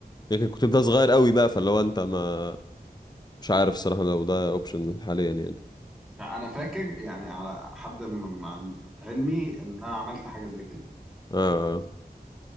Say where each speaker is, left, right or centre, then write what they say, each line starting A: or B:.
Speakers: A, on the left; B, in the centre.
A: يمكن كنت ده صغير قوي بقى فاللي هو انت ما مش عارف الصراحه لو ده اوبشن حاليا يعني
B: انا فاكر يعني على حد م- مع علمي ان انا عملت حاجه زي كده
A: اه اه